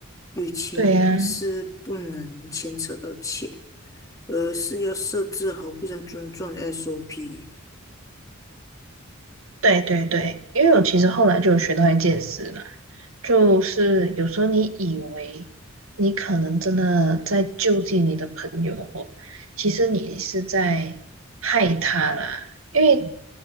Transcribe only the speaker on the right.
对呀、
对对对，因为我其实后来就有学到一件事啦，就是有时候你以为你可能真的在救济你的朋友哦，其实你是在害他啦。因为